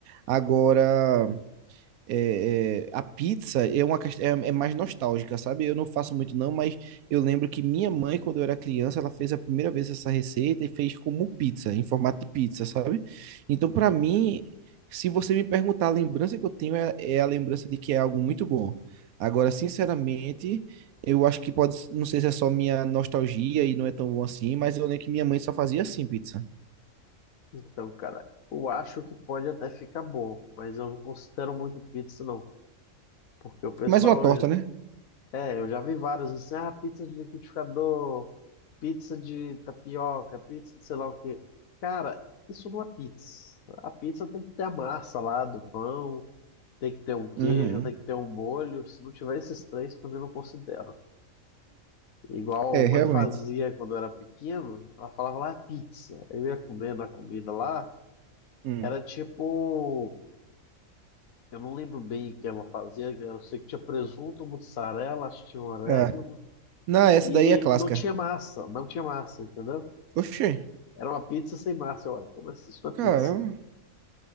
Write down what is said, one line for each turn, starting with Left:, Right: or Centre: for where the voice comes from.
Right: Agora é, é, a pizza é uma quest- é, é mais nostálgica, sabe? Eu não faço muito não, mas eu lembro que minha mãe, quando eu era criança, ela fez a primeira vez essa receita e fez como pizza, em formato de pizza, sabe? Então, para mim, se você me perguntar, a lembrança que eu tenho é, é a lembrança de que é algo muito bom. Agora, sinceramente, eu acho que pode, não sei se é só minha nostalgia e não é tão bom assim, mas eu lembro que minha mãe só fazia assim pizza.
Left: então, cara, eu acho que pode até ficar bom, mas eu não considero muito pizza, não. Porque o pessoal
Right: Mais uma torta, né?
Left: É, eu já vi vários, assim, ah, pizza de liquidificador, pizza de tapioca, pizza de sei lá o quê. Cara, isso não é pizza. A pizza tem que ter a massa lá do pão, tem que ter um queijo,
Right: Uhum.
Left: tem que ter um molho. Se não tiver esses três, pra mim, eu não considero. Igual
Right: É,
Left: a mãe
Right: realmente.
Left: fazia quando eu era pequeno, ela falava lá pizza. Eu ia comendo a comida lá,
Right: Hum.
Left: era tipo, eu não lembro bem o que ela fazia, eu sei que tinha presunto, mussarela, acho que tinha um orégano,
Right: Ah, Não, essa
Left: E
Right: daí é clássica.
Left: não tinha massa, não tinha massa, entendeu?
Right: Oxê,
Left: Era uma pizza sem massa. Eu, Ué, como assim? Isso não é
Right: caramba.
Left: pizza.